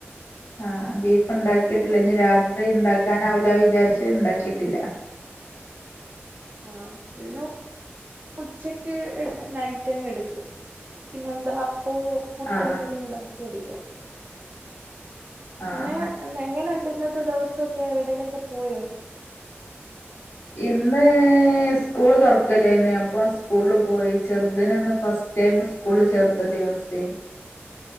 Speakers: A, on the left; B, on the right.
A: ആ ബീഫ് ഉണ്ടാക്കി കിട്ടില്ല ഇനി രാത്രി
B: ഉം
A: ഉണ്ടാക്കാൻ രാവിലെ വിചാരിച്ച് ഉണ്ടാക്കിട്ടില്ല
B: ആ പിന്ന ഉച്ചക്ക് നൈറ്റങ്ങ് എടുക്കും പിന്നെന്താ അപ്പോ പുട്ടൊ
A: ആഹ്
B: എന്തേലും
A: ആഹ്
B: ഉണ്ടാക്കിയാമതിയല്ലോ
A: ആ
B: പിന്നെ
A: ആ
B: എങ്ങനുണ്ട് ഇന്നത്തെ ദിവസഒക്കെ എവിടേലൊക്കെ പോയോ
A: ഇന്ന് സ്കൂള് തുറക്കല്ലേന്ന അപ്പൊ സ്കൂളില് പോയി ചെറുതിന് ഇന്ന് ഫസ്റ്റ് ടൈം സ്കൂളി ചേർത്ത ദിവസേരുന്നു.